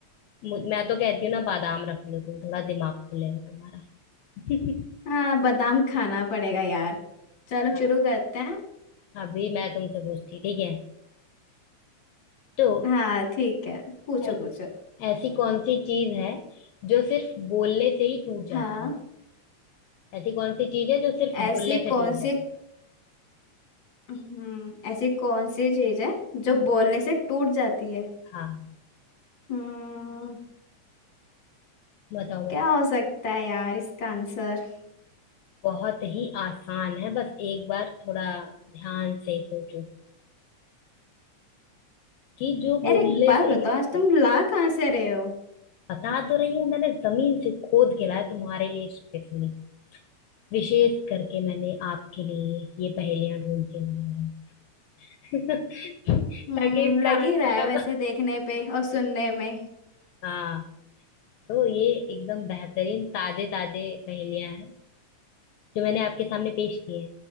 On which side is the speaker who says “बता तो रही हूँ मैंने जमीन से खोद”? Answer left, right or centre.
Left